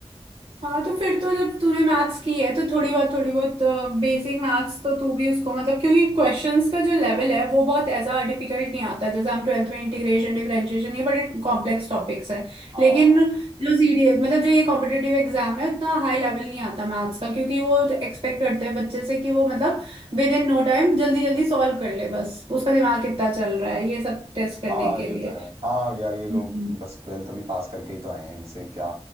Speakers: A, on the right; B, on the right.
A: हाँ तो फिर तो जब तूने मैथ्स की है तो थोड़ी बहुत थोड़ी बहुत बेसिक मैथ्स तो तू भी उसको मतलब क्योंकि क्वेश्चंस का जो लेवल है वो बहुत ऐसा डिफिकल्ट नहीं आता जैसे हम ट्वेल्थ में इंटीग्रेशन डिफरेंशिएशन ये बड़े कॉम्प्लेक्स टॉपिक्स हैं
B: हाँ
A: लेकिन जो सीडी मतलब जो ये कॉम्पिटिटिव एग्जाम है उतना हाई लेवल नहीं आता मैथ्स का क्योंकि वो एक्सपेक्ट करते हैं बच्चे से कि वो मतलब विद इन नो टाइम जल्दी जल्दी सॉल्व कर ले बस उसका दिमाग कितना चल रहा है ये सब टेस्ट करने
B: हाँ ये
A: के लिए
B: तो है हाँ यार ये लोग
A: हम्म।
B: बस ट्वेल्थ अभी पास करके ही तो आए हैं इनसे क्या